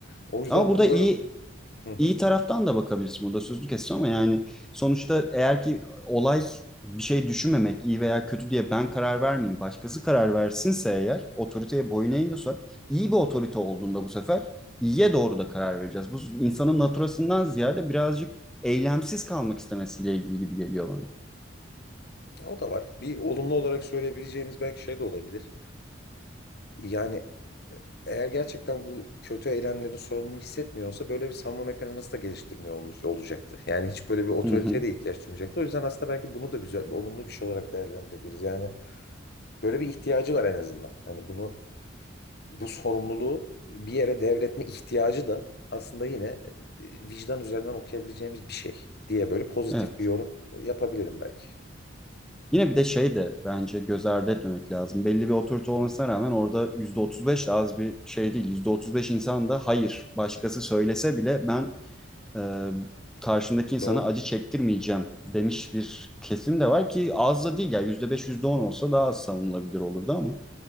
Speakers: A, on the left; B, in the centre.
A: O yüzden
B: Ama burada
A: bunu
B: iyi
A: böyle Hı hı.
B: iyi taraftan da bakabilirsin burada sözünü kestim ama yani sonuçta eğer ki olay bir şey düşünmemek iyi veya kötü diye ben karar vermeyeyim başkası karar versinse eğer otoriteye boyun eğiyorsak iyi bir otorite olduğunda bu sefer iyiye doğru da karar vereceğiz. Bu insanın naturasından ziyade birazcık eylemsiz kalmak istemesiyle ilgili gibi geliyor bana.
A: Ya o da var. Bir olumlu olarak söyleyebileceğimiz belki şey de olabilir. Yani e, eğer gerçekten bu kötü eylemlerin sorumluluğunu hissetmiyorsa böyle bir savunma mekanizması da geliştirmiyor olmuş- olacaktı. Yani hiç böyle bir otoriteye
B: Hı hı.
A: de ihtiyaç duymayacaktı. O yüzden aslında belki bunu da güzel, olumlu bir şey olarak değerlendirebiliriz. Yani böyle bir ihtiyacı var en azından. Hani bunu bu sorumluluğu bir yere devretme ihtiyacı da aslında yine e, vicdan üzerinden okuyabileceğimiz bir şey diye böyle pozitif
B: Evet.
A: bir yorum yapabilirim belki.
B: Yine bir de şey de bence göz ardı etmemek lazım. Belli bir otorite olmasına rağmen orada %35 de az bir şey değil. yüzde otuz beş insan da hayır başkası söylese bile ben e, karşımdaki insana
A: Doğru.
B: acı çektirmeyeceğim demiş bir kesim de var ki az da değil ya yüzde beş yüzde on olsa daha az savunulabilir olurdu ama